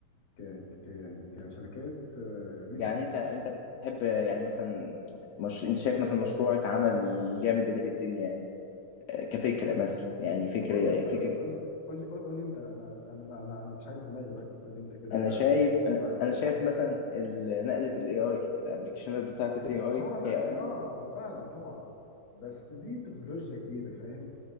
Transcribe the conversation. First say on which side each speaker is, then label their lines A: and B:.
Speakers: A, on the left (about 55°); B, on the left (about 80°).
A: ك ك- يعني كشركات آه، نجحت
B: يعني انت
A: وقفت
B: انت بتحب يعني مثلا مش انت شايف مثلا مشروع اتعمل جامد اللي بالدنيا آه، كفكرة مثلا يعني فكرة
A: طب قول لي انت
B: فكرة
A: قول قول لي قول لي انت انا انا انا انا مفيش حاجه في دماغي دلوقتي قول لي انت كده
B: انا شايف انا
A: رايك
B: أنا
A: ايه
B: شايف مثلا ال- نقلة الاي اي الابلكيشنات بتاعت الاي اي
A: اه لا
B: هي
A: ده
B: أم-
A: اه فعلا طبعا بس دي تكنولوجيا جديده فاهم